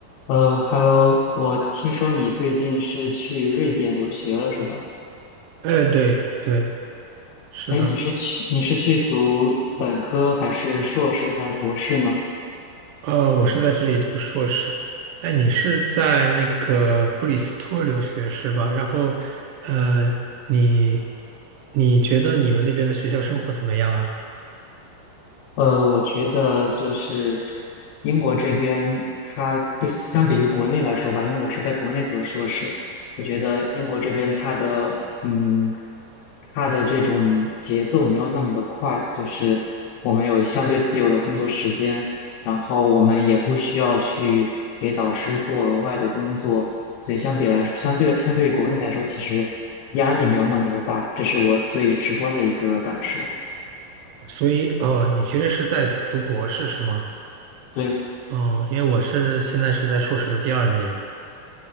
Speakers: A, on the left (about 85°); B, on the right (about 80°).
A: 呃，Hello，我听说你最近是去瑞典留学了，是吧？
B: 哎，对对，是的，
A: 哎，你是去你是去读本科还是硕士还是博士呢？
B: 呃，我是在这里读硕士。哎，你是在那个布里斯托留学是吧？然后，呃，你你觉得你们那边的学校生活怎么样啊？
A: 呃，我觉得就是英国这边，它就相比于国内来说吧，因为我是在国内读的硕士，我觉得英国这边它的嗯，它的这种节奏没有那么的快，就是我们有相对自由的工作时间，然后我们也不需要去给导师做额外的工作，所以相比来说，相对相对于国内来说，其实压力没有那么的大，这是我最直观的一个感受。
B: 所以，哦，你其实是在读博士是吗？
A: 对。
B: 哦，因为我是现在是在硕士的第二年